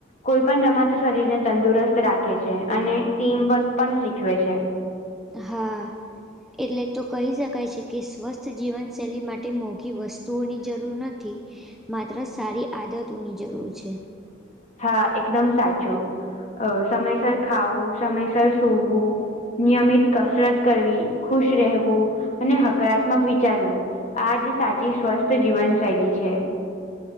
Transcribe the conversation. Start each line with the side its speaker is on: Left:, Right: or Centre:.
Left: કોઈ પણ રમત શરીરને તંદુરસ્ત રાખે છે. અને ટીમવર્ક પણ શીખવે છે.
Centre: હા. એટલે જ તો કહી શકાય છે, કે સ્વસ્થ જીવનશૈલી માટે મોંઘી વસ્તુઓની જરૂર નથી. માત્ર સારી આદતોની જરૂર છે.
Left: હા એકદમ સાચું. અહ સમયસર ખાવું, સમયસર સૂવું નિયમિત કસરત કરવી, ખુશ રહેવું અને હકારાત્મક વિચારવું. આજ સાચી સ્વસ્થ જીવન શૈલી છે.